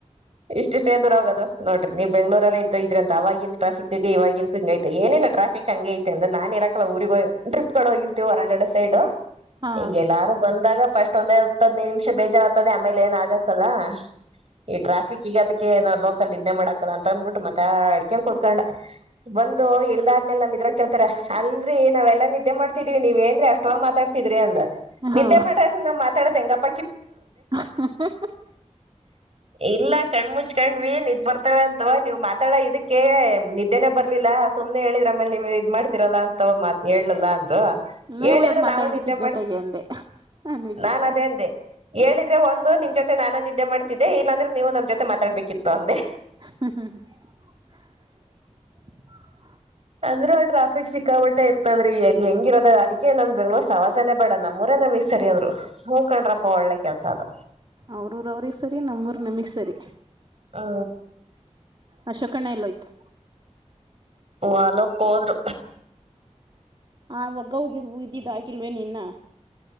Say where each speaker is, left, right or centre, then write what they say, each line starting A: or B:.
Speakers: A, on the right; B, on the right.
A: ಇಷ್ಟುಷ್ಟೇ ದೂರು ಹೊಗದು. ನೋಡಿ ನೀ ಬೆಂಗ್ಗಳೂರಲ್ಲ ಇದ್ದ ಇದ್ರ ಆವಾಗಿನ ಟ್ರಾಫಿಕ್ ಗೆ ಇವಾಗಿನ್ ಕ ಹಂಗೈತೆ ಏನಿಲ್ಲ. ಟ್ರಫಿಕ್ ಹಂಗೆ ಐತೆ ಅಂದ್ರ ನಾನಿರಕಿಲ್ಲ ಊರಿಗೆ ಹೊ ಟ್ರಿಪ್ಗಳು ಹೋಗಿರ್ತಿವಿ ಹೊರಗಡೆ ಸೈಡು
B: ಹಾ
A: ಹಿಂಗೆಲ್ಲಾರು ಬಂದಾಗ ಫಸ್ಟ್ ಒಂದಹತ್ತು ಹದಿನೈದ್ ನಿಮಿಷ. <unintelligible> ಕ್ಷ ಬೇಜಾರತದೆ ಆಮೇಲೆ ಏನ ಆಗಕ್ಕಲ್ಲ. ಈ ಟ್ರಾಫಿಕ್ ಈಗದಕ್ಕೆ ನಾ ಲೋಕಲ್ ಇದ್ನೆ ಮಾಡಾಕಿಲ್ಲ ಅಂತ ಅಂದಬಿಟ್ಟು ಮಾತಾಡ್ಕೊಂಡು ಕುತ್ಕೊಂಡ. ಬಂದು. ಅದ ಆದ್ಮೇಲೆ ನಮ ಇದ್ರಗ ಕೇಳ್ತಾರೆ ಅಲ್ರರಿ ನಾವೆಲ್ಲ ನಿದ್ದೆ ಮಾಡ್ತಿದ್ವಿ ನೀವ ಏನ್ರೀ ಅಷ್ಟೊಂದು ಮಾತಾಡ್ತಿದ್ರಿ ಅಂದ. ನಿದ್ದೆ
B: ಹಾ
A: ಮಾಡೋರು ನಾವು ಮಾತಾಡೋದು ಹೆಂಗಪ್ಪ.
B: ಹಹಹ
A: ಇಲ್ಲ ಕಣ ಮುಚ್ಕಂಡ್ವಿ ನಿದ್ದ್ ಬರ್ತವ ಅಂತ ನೀವ್ ಮಾತಾಡ ಇದಕ್ಕೆ ನಿದ್ದೇನೆ ಬರ್ಲಿಲ್ಲ ಸು. <unintelligible> ಮ್ನೆ ಹೇಳಿದ್ರ ಆಮೇಲೆ ನೀವು ಇದ್ ಮಾಡ್ತಿರಲ್ಲಾ ಅಂತ ಮಾತ್ ಹೇಳಲ್ಲಾ ಅಂದ್ರು.
B: ನೀವು
A: ಹೇಳಿದ್ರೆ
B: ಎದ್ ಮಾತಾಡ್ಬೇಕಿದ್
A: ನಾವನ್ ನಿದ್ದೆ ಮಾಡ್ತ
B: ಜೊತೆಗೆ ಅಂದೆ ಅನ್ಬೇಕಿತ್ತು
A: ನಾನು ಅದೇ ಅಂದೆ. ಹೇಳಿದ್ರೆ ಒಂದು ನಿಮ್ ಜೊತೆ ನಾನು ನಿದ್ದೆ ಮಾಡ್ತಿದ್ದೆ ಇಲ್ಲಾಂದ್ರೆ ನೀವು ನಮ್ ಜೊತೆ ಮಾತಾಡ್ಬೇಕಿತ್ತು ಅಂದೆ.
B: ಹ
A: ಅಂದ್ರು ಅಲ್ಲಿ ಟ್ರಾಫಿಕ್ ಸಿಕ್ಕಾ ಪಟ್ಟೆ ಇರ್ತದ್ರೀ ಎಲ್ಲಿ ಹೆಂಗಿರದ ಅದಕ್ಕೆ ನಂಗೆ ಬೆಂಗಳೂರು ಸಮವಾಸಾನೇ ಬೇಡ ನಮ್ಮೂರೇ ನಮಗ್ ಸರಿಯಾದ್ರು ಹೂ ಕೊಂಡ್ರಪ್ಪ ಒಳ್ಳೆ ಕೆಲ್ಸ ಅದು.
B: ಅವ್ರೂರ್ ಅವ್ರಿಗೆ ಸರಿ ನಮ್ಮೂರ್ ನಮಗ್ ಸರಿ.
A: ಹಾ
B: ಅಶೊ. ಕಣ್ಣ ಎಲ್ಲೋಯ್ತು
A: ವಲಕ್ ಹೋದ್ರು.
B: ಆ ಒಗ್ಗ ಹೋಗಿದ್ ಉಯ್ದಿದ್ದು ಆಗಿಲ್ವೇನ್ ಇನ್ನ.